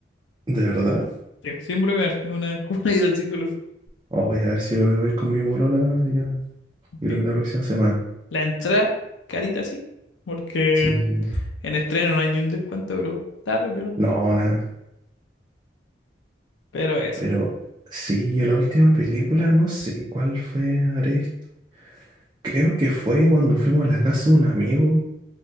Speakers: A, on the right (about 25°); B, on the left (about 80°).
A: de verdad.
B: Sí, siempre ver, es una, <laughs> es como una ida al psicólogo.
A: Oh, Voy a ver si voy voy con mi bolola ya, yo
B: Sí.
A: creo que la próxima semana.
B: La entrada carita sí, porque
A: Sí,
B: en estreno no hay ni un descuento, bro. Está re piola.
A: no, nada,
B: Pero eso,
A: pero sí, yo la última película, no sé cuál fue, Ares, creo que fue cuando fuimos a la casa de un amigo,